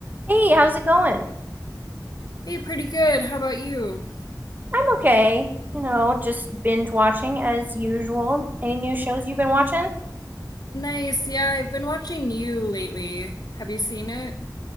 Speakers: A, on the right (about 25°); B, on the left (about 65°).
A: Hey, how's it going?
B: Hey, pretty good. How about you?
A: I'm okay. You know, just binge watching as usual. Any new shows you've been watching?
B: Nice. Yeah, I've been watching you lately. Have you seen it?